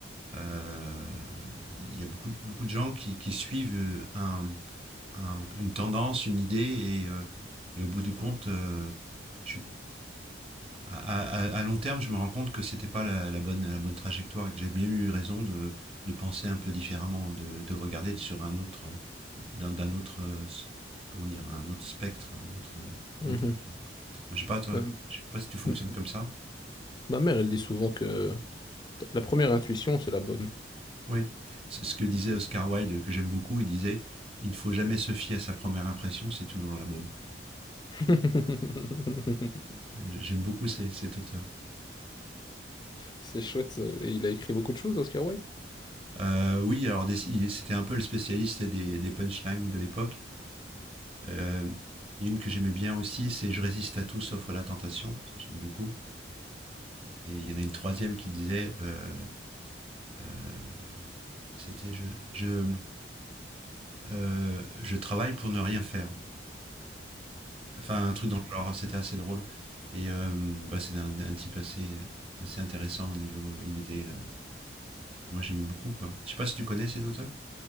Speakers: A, on the right; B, on the left.
A: euh, il y a beaucoup, beaucoup de gens qui, qui suivent euh, un, un- une tendance, une idée, et, euh, et au bout du compte, euh, je à, à, à long terme, je me rends compte que c'était pas la, la, bonne la bonne trajectoire et que j'ai bien eu raison de, de penser un peu différemment, de, de le regarder sur un autre d'un d'un autre comment dire un autre spectre, un autre
B: Mhm.
A: une autre vision quoi. Enfin, Je sais pas toi,
B: Ma,
A: je sais pas si tu fonctionnes
B: m-
A: comme ça.
B: ma mère, elle dit souvent que t- la première intuition, c'est la bonne.
A: Oui, c'est ce que disait Oscar Wilde que j'aime beaucoup. Il disait il ne faut jamais se fier à sa première impression, c'est toujours la bonne.
B: <laughs>
A: J'aime beaucoup ces, cet auteur.
B: C'est chouette, ça. Et il a écrit beaucoup de choses, Oscar Wilde.
A: Euh, oui, alors des- il- c'était un peu le spécialiste des, des punchlines de l'époque. Euh, une que j'aimais bien aussi, c'est Je résiste à tout sauf à la tentation. Ça, j'aime beaucoup. Et il y en a une troisième qui disait euh, euh, C'était je, je, euh, je travaille pour ne rien faire. Enfin, un truc dans le genre, c'était assez drôle. Et euh, bah, c'était un, un, type assez, assez intéressant au niveau. euh, Il était. euh, moi, j'aimais beaucoup, quoi. Je sais pas si tu connais cet auteur.